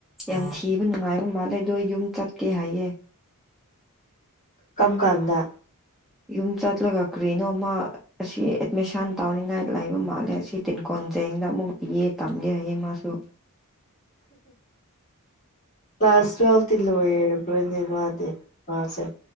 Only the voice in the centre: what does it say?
ꯌꯥꯝ ꯊꯤꯕ ꯅꯨꯡꯉꯥꯏꯕ ꯃꯥꯜꯂꯦ ꯑꯗꯣ ꯌꯨꯝ ꯆꯠꯀꯦ ꯍꯥꯏꯌꯦ
ꯌꯨꯝ ꯆꯠꯂꯒ ꯀꯔꯤꯅꯣ ꯃꯥ ꯑꯁꯤ ꯑꯦꯠꯃꯤꯁꯟ ꯇꯧꯅꯤꯡꯉꯥꯏ ꯂꯩꯕ ꯃꯥꯜꯂꯦ ꯑꯁꯤ ꯇꯤꯟꯀꯣꯟꯖꯦꯡꯗ ꯑꯃꯨꯛꯀ ꯕꯤꯑꯦ ꯇꯝꯒꯦ ꯍꯥꯏꯌꯦ ꯃꯥꯁꯨ